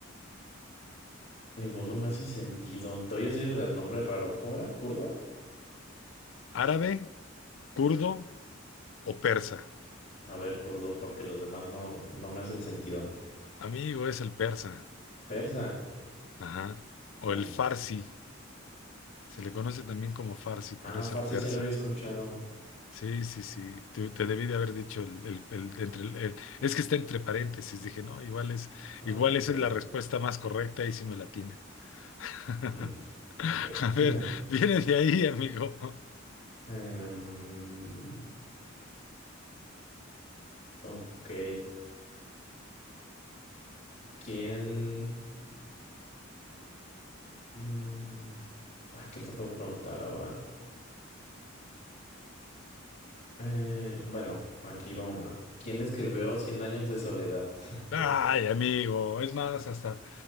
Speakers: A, on the left (about 50°); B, on the left (about 70°).
A: Ninguno me hace sentido. Te voy a decir el nombre raro. ¿Cómo era? ¿Kurdo?
B: ¿Árabe, kurdo o persa?
A: A ver, kurdo, porque los demás no, no me hacen sentido.
B: Amigo, es el persa.
A: Persa.
B: Ajá. O
A: mm.
B: el farsi. Se le conoce también como farsi,
A: Ah,
B: pero es
A: farsi
B: el persa.
A: se lo había escuchado.
B: Sí, sí, sí. Tú- te debí de haber dicho el, el- el- entre el- el- es que está entre paréntesis. Dije, no, igual es,
A: Ah,
B: igual
A: ok.
B: esa es la respuesta más correcta y sí me la tiene. <laughs>
A: Mm, ok.
B: A
A: <laughs>
B: ver, viene de ahí, amigo.
A: Em, ok. ¿Quién? Mm, ay, ¿qué te puedo preguntar ahora? Eh, bueno, aquí va una. ¿Quién escribió Cien años de soledad?
B: Ay,
A: <laughs>
B: amigo. Es más, hasta